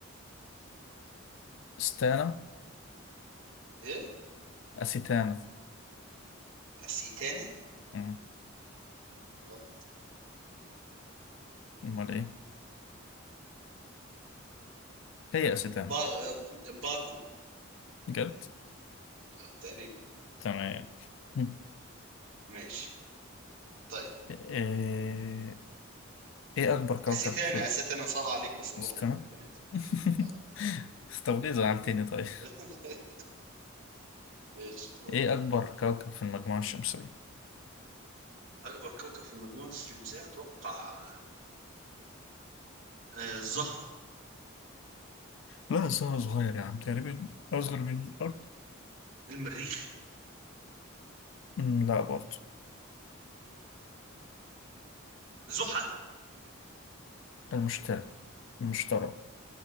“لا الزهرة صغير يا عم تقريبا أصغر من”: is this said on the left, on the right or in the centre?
Left